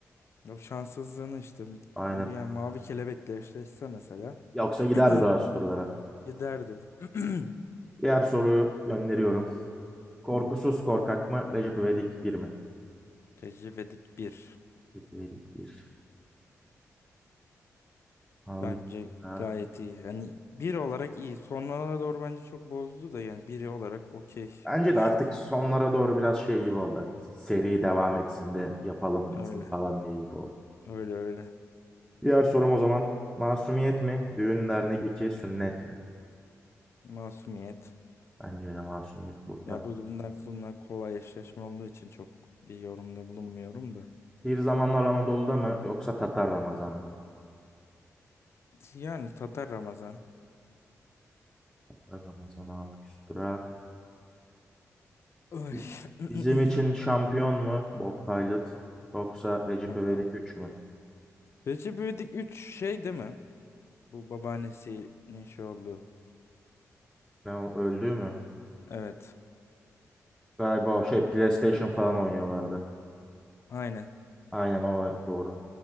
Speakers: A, on the left; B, in the centre.
A: o şanssızlığını işte
B: Aynen.
A: yani Mavi Kelebek'le eşleşse mesela
B: Yoksa giderdi
A: <clears throat>
B: daha üst turlara.
A: giderdim <clears throat>
B: Diğer soruyu gönderiyorum. Korkusuz
A: Hı.
B: korkak mı? Recep İvedik bir mi?
A: Recep İvedik 1
B: Recep İvedik bir. Aldık.
A: Bence
B: Ha.
A: gayet iyi. Yani bir olarak iyi. Sonralara doğru bence çok bozdu da yani biri olarak okey
B: Bence
A: bir şey.
B: de artık sonlara doğru biraz şey gibi oldu. Hadi seri devam etsin de yapalım
A: Öyle.
B: bitsin falan diye gibi oldu.
A: Öyle öyle.
B: Diğer sorum o zaman. Masumiyet mi? Düğün dernek 2 sünnet mi?
A: Masumiyet.
B: Bence de masumiyet burada.
A: Ya bu bundan bunlar kolay eşleşme olduğu için çok bir yorumda bulunmuyorum da.
B: Bir zamanlar Anadolu'da mı yoksa Tatar Ramazan mı?
A: Yani Tatar Ramazan.
B: Tatar Ramazan'ı aldık üstüra.
A: Ay.
B: Bi-
A: <laughs>
B: Bizim için
A: <clears throat>
B: şampiyon mu? Bob Pilot yoksa Recep
A: Tamam.
B: İvedik 3 mü?
A: Recep İvedik üç şey değil mi? Bu babaannesinin şey olduğu.
B: Ne o, öldü mü?
A: Evet.
B: Galiba o şey PlayStation falan oynuyorlardı.
A: Aynen.
B: Aynen o doğru.